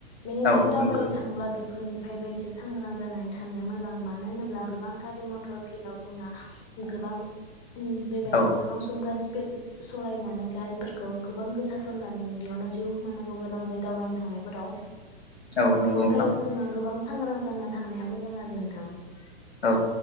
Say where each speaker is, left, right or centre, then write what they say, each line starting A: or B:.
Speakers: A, on the left (about 20°); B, on the left (about 75°).
A: बेनिखायनो
B: औ
A: दावबायनो
B: नंगौ
A: थाङोब्ला बेफोरनिफ्रायबो एसे सांग्रां जानानै थानाया मोजां मानो होनोब्ला गोबां गारि मथर भीराव जोंना गोबां बेबायदिनो
B: औ
A: गोबां सुबुंफोरा स्पिद सालायनानै गारिफोरखौ गोबां गोसा सालायनानै बेयावनो जिउ खोमानांगौ गोनां जायो दावबायनो थांनायफोराव
B: औ नंगौ
A: बिनिफ्राय
B: नोंथां
A: जोंहा गोबां सांग्रां जानानै थांनाया मोजां आरो नोंथां।
B: औ